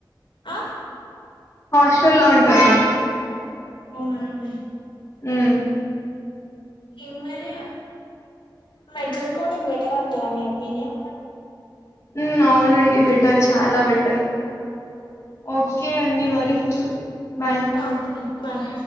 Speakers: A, on the left (about 85°); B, on the left (about 40°).
A: ఆహ్
B: హాస్టల్లో ఉంటా నేను
A: అవునా అండి
B: హ్మ్
A: ఇంకేం మరీ మెడికల్ కోడింగ్ బెటర్ అంటారా మీ ఒపీనియన్
B: హ్మ్ అవునండి బెటర్ చాలా బెటర్ ఓకే అండి మరీ బాయ్
A: ఓకే అండి బాయ్